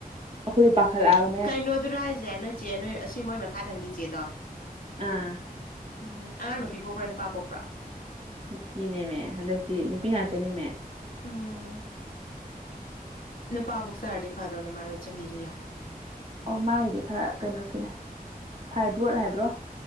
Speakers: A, on the right; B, on the left.
A: ꯑꯩꯈꯣꯏꯗ ꯄꯥꯈꯠꯛꯑꯕ
B: ꯀꯩꯅꯣꯗꯨꯔꯥ ꯍꯥꯏꯁꯦ ꯅꯣꯏ ꯏꯆꯦ ꯅꯣꯏ ꯑꯁꯤ ꯃꯣꯏ ꯃꯈꯥꯗꯪꯒꯤꯆꯦꯗꯣ
A: ꯑꯥ
B: ꯎꯝ ꯑꯉꯥꯡ ꯅꯨꯄꯤ ꯄꯣꯛꯄꯥ ꯅꯨꯄꯥ ꯄꯣꯛꯄ꯭ꯔꯥ
A: ꯅꯨꯄꯤꯅꯦꯃꯦ ꯍꯟꯗꯛꯇꯤ ꯅꯨꯄꯤ ꯉꯥꯛꯇꯅꯦꯃꯦ
B: ꯎꯝ ꯅꯨꯄꯥ ꯄꯣꯛꯆꯔꯗꯤ ꯐꯗꯧꯅꯦ ꯃꯥꯗꯣ ꯆꯍꯤꯁꯨ ꯌꯥꯝꯃꯦ ꯍꯥꯏꯗꯣ
A: ꯑꯣ ꯃꯥꯒꯤꯗꯤ ꯈꯔ ꯀꯩꯅꯣꯁꯨꯅꯦ ꯐꯥꯏꯕ꯭ꯔꯣꯠ ꯍꯥꯏꯕ꯭ꯔꯣ